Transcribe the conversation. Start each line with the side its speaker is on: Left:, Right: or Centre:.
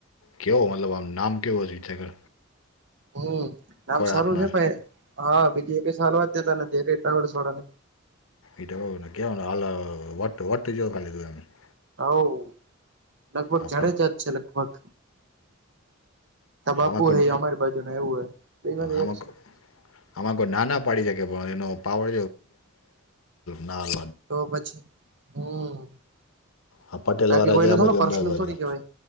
Left: કેવો મતલબ, આમ નામ કેવો થાય.
Right: હમ, નામ સારું
Left: હાથના
Right: છે ભાઈ. હા, બીજી એક સાલ વાત જતા નથી. એક એટલા છોડા ને.
Left: ટ ખલી <unintelligible>
Right: હવે લગભગ
Left: હા
Right: જાડેજાત
Left: પણ
Right: છે, લગભગ. તો બાપુ,
Left: આમાં કોઈ
Right: હ, અમારી બાજુ એવું હોય. બે વાર
Left: આમાં
Right: એક છે.
Left: કોઈ- આમાં કોઈ ના પાડી શકે, પણ એ પાવર નો
Right: તો પછી, હમ
Left: હા, પટેલ
Right: બાકી
Left: વાળા
Right: કોઈને
Left: જ
Right: થોડો
Left: બાજુ,
Right: પર્સનલ થોડી કેવાય